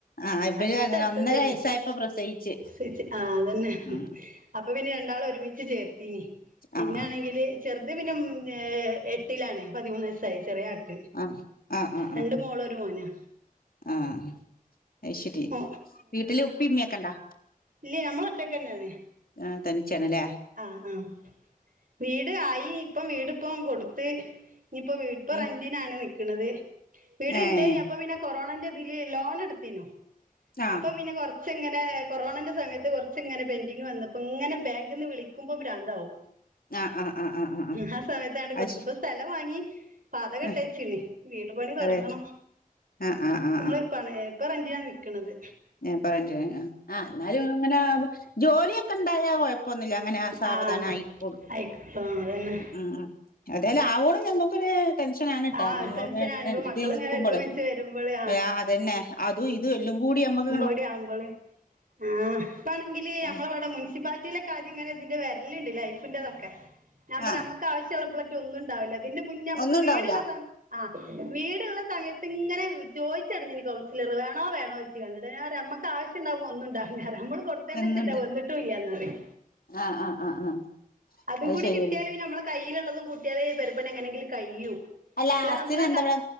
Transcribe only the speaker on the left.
ആഹ് ഇവര്
അങ്ങനെ ഒന്നര വയസ്സായപ്പോ പ്രസവിച്ച്
ഉം
ആഹ്
ആഹ് ആഹ് ആഹ്
ആഹ്
ആഹ് അയ് ശരി
വീട്ടില് ഉപ്പി ഉമ്മെക്കണ്ടാ.
ആഹ് തൻച്ചണ് ലേ.
ഉം
ഏഹ്
ആഹ്
ആഹ് ആഹ് ആഹ് ആഹ് ആഹ് ആഹ്
അത്
ശ
ആ
അതെ ആഹ് ആഹ് ആഹ്
എ പ്പൊ റെന്റിന് ആ ന്നാലും അങ്ങനാകുമ്പൊ ജോലിയൊക്കെണ്ടായ കൊഴ പ്പൊന്നില്ല അങ്ങനെ ആ സാവധാനം
ആയിക്കോളും
ഉം ഉം ഏതായാലും ആവോളം ഞമ്മക്കൊര് ടെൻഷനാണ് ട്ടൊ
നമ്മള്
ങ്ങനെ
റെന്റിന്
നിക്കുമ്പളെ
ആഹ് അതെന്നെ അതും ഇതും എല്ലും കൂടി ഞമ്മക്ക്
ആഹ്
ആഹ്
ഒന്നും ഉണ്ടാവൂല
ഒന്നുണ്ട
ആഹ് ആഹ് ആഹ്
അത്
ശരിയാണ്
അല്ല
ഹസ്സിന്
എന്താ
ഇവിടെ